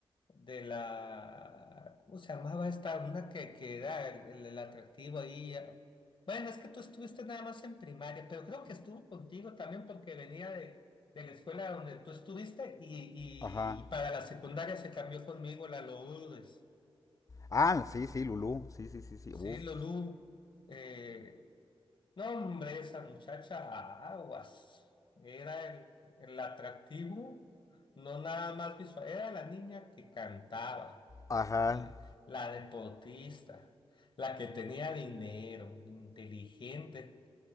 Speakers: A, on the left; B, on the left.
A: de la, ¿cómo se llamaba esta? Una que, que era el, el- el atractivo ahí. eh. Bueno, es que tú estuviste nada más en primaria, pero creo que estuvo contigo también porque venía de, de la escuela donde tú estuviste y,
B: Ajá.
A: y para la secundaria se cambió conmigo la Lourdes.
B: Ah, sí, sí, Lulú. Sí, sí, sí, sí.
A: Sí,
B: Uf.
A: Lulú. eh, no, hombre, esa muchacha, aguas. Era el, el atractivo, no nada más visual, era la niña que cantaba,
B: Ajá.
A: que tenía, la deportista, la que tenía dinero, inteligente,